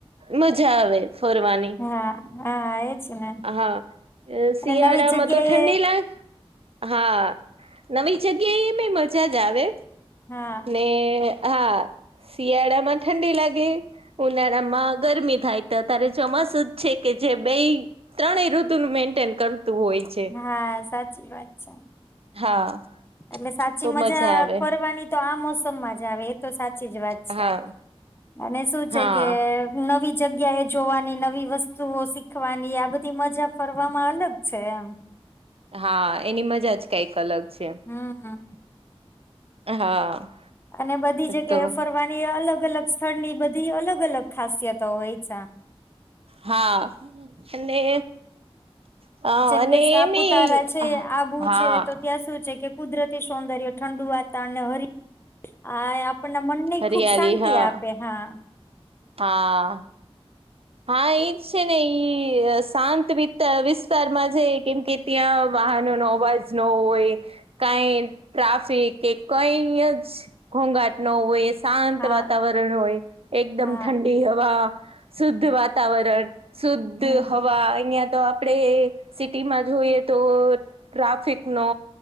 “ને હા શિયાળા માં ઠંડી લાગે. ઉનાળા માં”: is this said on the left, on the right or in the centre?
Right